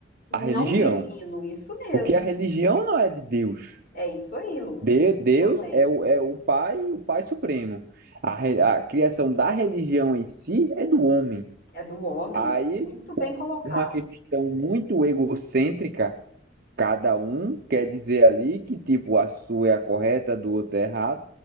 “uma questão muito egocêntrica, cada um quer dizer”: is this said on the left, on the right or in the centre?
Right